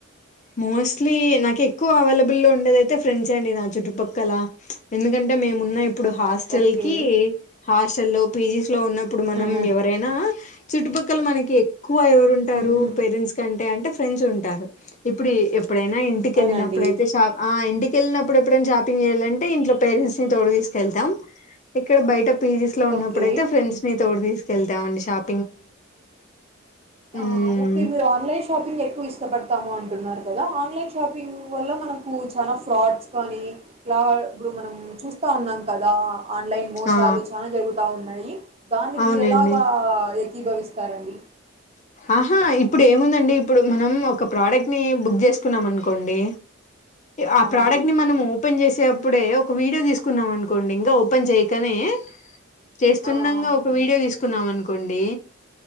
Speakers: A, on the left; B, on the right.
A: మోస్ట్లీ నాకు ఎక్కువ అవైలబుల్ ఉండేదైతే ఫ్రెండ్సే అండి నా చుట్టుపక్కల ఎందుకంటే మేమున్నా ఇప్పుడు హాస్టల్
B: ఓకే
A: కి హాస్టల్ లో పీజీస్ లో ఉన్నప్పుడు మనం
B: ఆహా
A: ఎవరైనా చుట్టుపక్ కానీ మనకి ఎక్కువ ఎవరు ఉంటారు
B: ఊహూ
A: పేరెంట్స్ కంటే అంటే ఫ్రెండ్స్ ఉంటారు ఇప్పుడు ఎప్ ఏప్పుడైనా ఇంటికెళ్ళినప్పుడైతే
B: అవునండి
A: షా ఆ ఇంటి ఎళ్ళినప్పుడు ఎప్పుడైనా షాపింగ్ చేయాలంటే ఇంట్లో పరెంట్స్ ని తోడు తీసుకెళ్తాం ఇక్కడ బయట పీజీస్ లో ఉన్నప్పుడుడయితే
B: ఓకే
A: ఫ్రెండ్స్ ని తోడు తీసుకెళ్తామండి షాప్
B: ఆ
A: మ్మ్
B: ఓకే మీరు ఆన్లైన్ షాపింగ్ ఎక్కువ ఇష్టపడ్ ఇస్తాము అంటున్నారు కదా ఆన్లైన్ షాపింగ్ వల్ల మనకు చాలా ఫ్రాడ్స్ కానీ లా ఇప్పుడు మనం చూస్తా ఉన్నాం కదా ఆన్లైన్ మోసాలు
A: ఆ
B: చానా జరుగుతా ఉన్నాయి దాన్ని
A: అవునులేండి
B: మీరు ఎలాగా ఏకీభవిస్తారండి
A: ఆహా ఇప్పుడు ఏముందండి ఇప్పుడు మనం ఒక ప్రోడక్ట్ ని బుక్ చేసుకున్నాం అనుకోండి ఆ ప్రోడక్ట్
B: అండి
A: ని మనం
B: హ్మ్.
A: ఓపెన్ చేసే ఇప్పుడు ఎదోఒక వీడియో తీసుకున్నాం అనుకోండి ఇంకా ఓపెన్ చేయకనే చేస్తుండగా
B: ఆ ఆ అవును
A: ఒక వీడియో తీసుకున్నాం అనుకో కొండి